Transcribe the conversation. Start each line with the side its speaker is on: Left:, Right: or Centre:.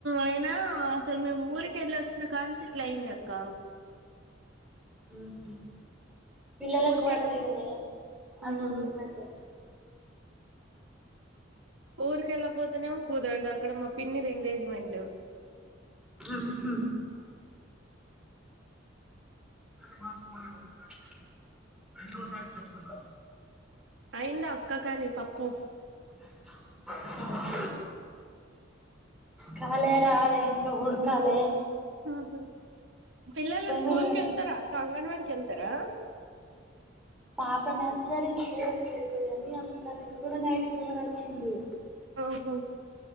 Right: అయినా అసలు మేము ఊరి వెళ్ళ వచ్చినా కానుంచి ఇట్లా అయింది అక్క
Centre: ఆఓహ పిల్లలకు
Right: ఊరికే
Centre: వడది గదరా అంతేమైతది
Right: మ్మ్ ఊరికి వెళ్లకపోతేమో కూదారుదు అక్కడ మా పిన్నిది ఎంగేజ్మెంట్
Centre: ఓహో మా ఒకసారి రెండోసారి చెప్తున్నా
Right: అయిందా అక్కా కర్రీ పప్పుూ
Centre: <unintelligible> ఖాలే రాద ఇంకా ఉడ్కాలే
Right: ఊహూ పిల్లు
Centre: పొయ్యి
Right: స్కూల్
Centre: మీద పెట్టు
Right: కెళ్తార అంగన్వాడికెళ్తరా
Centre: పాప నర్సరీ స్కూల్కి వెళ్తుంది కాని ఆమె తనకి కూడా నైట్ ఫీవర్ వచ్చింది
Right: ఆహా